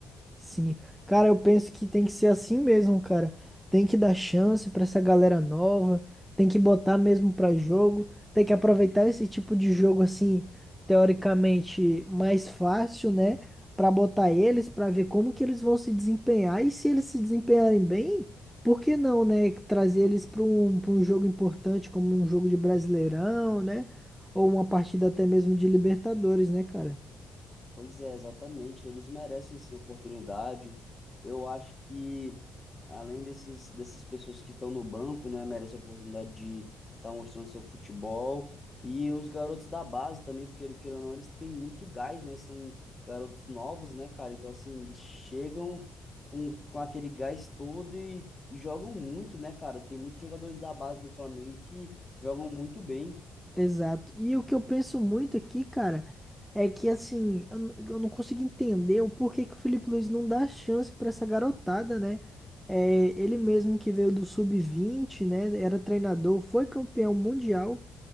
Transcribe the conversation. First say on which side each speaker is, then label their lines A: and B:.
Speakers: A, in the centre; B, on the left.
A: Sim, cara, eu penso que tem que ser assim mesmo, cara. Tem que dar chance pra essa galera nova, tem que botar mesmo pra jogo, tem que aproveitar esse tipo de jogo assim, teoricamente mais fácil, né, Pra botar eles pra ver como que eles vão se desempenhar e se eles se desempenharem bem, por que não, né, trazer eles pra um, para um jogo importante como um jogo de Brasileirão, né, ou uma partida até mesmo de Libertadores, né, cara?
B: Pois é, exatamente. Eles merecem sim oportunidade. Eu acho que, além desses, dessas pessoas que estão no banco, né, merecem a oportunidade de estar mostrando seu futebol. E os garotos da base também, porque, queira ou não, eles têm muito gás, né? São garotos novos, né, cara? Então, assim, eles chegam com, com aquele gás todo e, e jogam muito, né, cara? Tem muitos jogadores da base do Flamengo que jogam muito bem.
A: Exato. E o que eu penso muito aqui, cara, é que assim, eu, n- eu não consigo entender o porquê que o Felipe Luiz não dá chance pra essa garotada, né? É, ele mesmo que veio do sub vinte, né? Era treinador, foi campeão mundial